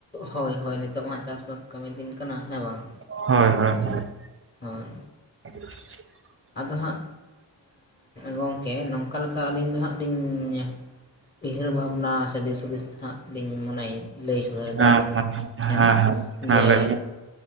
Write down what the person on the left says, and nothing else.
ᱦᱳᱭ ᱦᱳᱭ, ᱱᱤᱛᱚᱜ ᱢᱟ ᱪᱟᱥ-ᱵᱟᱥ ᱠᱟᱹᱢᱤ ᱫᱤᱱ ᱠᱟᱱᱟ, ᱦᱮᱸ ᱵᱟᱝ?
ᱦᱳᱭ᱾
ᱟᱫᱚ ᱦᱟᱸᱜ ᱜᱚᱢᱠᱮ ᱱᱚᱝᱠᱟ ᱞᱮᱠᱟ ᱟᱹᱞᱤᱧ ᱫᱚ ᱦᱟᱸᱜ ᱞᱤᱧ ᱩᱭᱦᱟᱹᱨ ᱵᱷᱟᱵᱽᱱᱟ ᱥᱮ ᱫᱤᱥ ᱦᱩᱫᱤᱥ ᱞᱤᱧ ᱢᱚᱱᱮᱭ ᱞᱟᱹᱭ ᱥᱚᱫᱚᱨᱮᱫᱟ,
ᱟᱵᱮᱱ
ᱴᱷᱮᱱ
ᱡᱮ